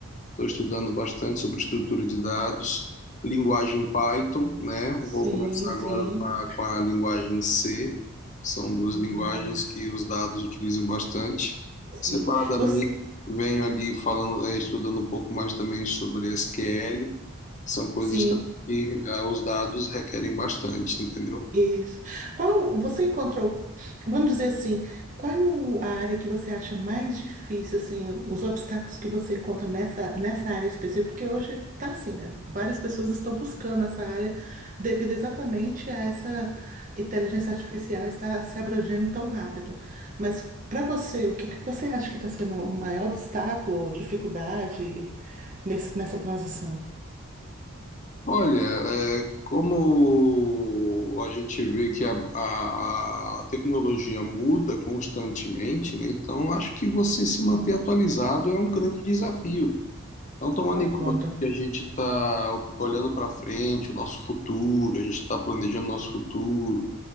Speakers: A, on the left; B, on the right.
A: Estou estudando bastante sobre estrutura de dados, linguagem Python, né? Vou
B: sim,
A: começar
B: sim,
A: agora com a, com a linguagem C. São duas
B: Hum,
A: linguagens que os dados utilizam bastante.
B: sim.
A: Separadamente,
B: Você,
A: venho ali falando, eh, estudando um pouco mais também sobre SQL. São coisas
B: sim,
A: também que ah, os dados requerem bastante, entendeu?
B: Isso. Qual você encontrou, vamos dizer assim, qual é o- a área que você acha mais difícil, assim, os obstáculos que você encontra nessa, nessa área específica? Porque hoje tá assim, né? Várias pessoas estão buscando essa área devido exatamente a essa inteligência artificial estar se abrangendo tão rápido. Mas para você, o que que você acha que está sendo o maior obstáculo ou dificuldade nesse, nessa transição?
A: Olha, é, como a gente vê que a, a- a tecnologia muda constantemente, né? Então acho que você se manter atualizado é um grande desafio. Então, tomando
B: Concordo.
A: em conta que a gente está olhando para frente, o nosso futuro, a gente está planejando nosso futuro,